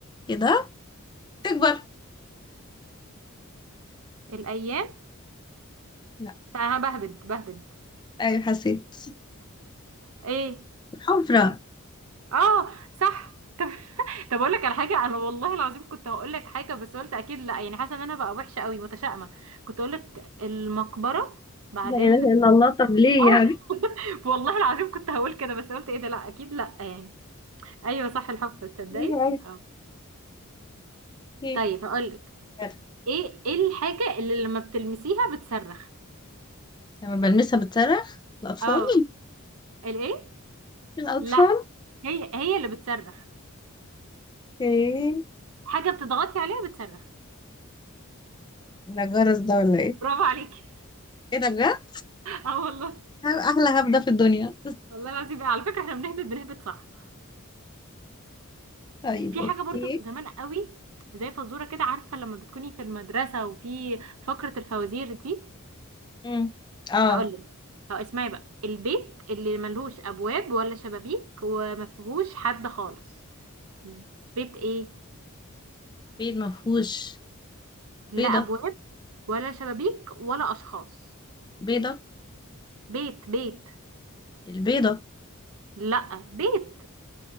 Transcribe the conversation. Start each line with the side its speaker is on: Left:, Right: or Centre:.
Left: كده تكبر
Right: الايام
Left: لا
Right: انا بهبد بهبد
Left: ايوه حسيت
Right: ايه
Left: حفرة
Right: اه صح <laughs> طب طب اقول لك على حاجه انا والله العظيم كنت هقول لك حاجه بس قلت اكيد لا يعني حاسه ان انا بقى وحشه قوي متشائمه كنت اقول لك المقبره بعدين
Left: لا اله الا الله طب ليه
Right: اه
Left: يعني
Right: <laughs> والله العظيم كنت هقول كده بس قلت ايه ده لا اكيد لا يعني ايوه صح الحفرة تصدقي
Left: <laughs> غريبة أوي.
Right: اه
Left: ايه
Right: طيب هقول لك
Left: يلا.
Right: ايه ايه الحاجة اللي لما بتلمسيها بتصرخ
Left: لما بلمسها بتصرخ الأطفال
Right: اه الايه
Left: <laughs> الأطفال
Right: لا هي هي اللي بتصرخ
Left: اوكي
Right: حاجة بتضغطي عليها بتصرخ
Left: ده جرس ده ولا ايه
Right: برافو عليكي
Left: ايه ده بجد
Right: <laughs> اه والله
Left: أه، احلى هبدة في الدنيا
Right: والله العظيم على فكرة احنا بنهبط بنهبط صح
Left: طيب
Right: في
Left: اوكي
Right: حاجة برضو زمان قوي زي فزورة كده عارفة لما بتكوني في المدرسة وفي فقرة الفوازير دي
Left: مم. اه
Right: هقول لك هو اسمعي بقى البيت اللي ملهوش ابواب ولا شبابيك وما فيهوش حد خالص بيت ايه
Left: بيت مفهوش
Right: لا
Left: بيضة
Right: ابواب ولا شبابيك ولا اشخاص
Left: بيضة
Right: بيت بيت
Left: البيضة
Right: لا بيت